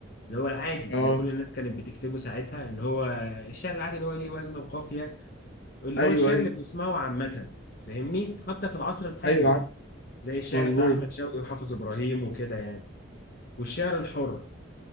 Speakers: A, on the left; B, on the left.
A: اللي هو العادي اللي
B: آه،
A: كل الناس كانت بتكتبه ساعتها اللي هو الشعر العادي اللي هو ليه وزن وقافية اللي
B: أيوه
A: هو الشعر
B: أيوه
A: اللي بنسمعه عامة فاهمني حتى في العصر الحالي
B: أيوه عارف
A: زي الشعر
B: مظبوط
A: بتاع أحمد شوقي وحافظ إبراهيم وكده يعني والشعر الحر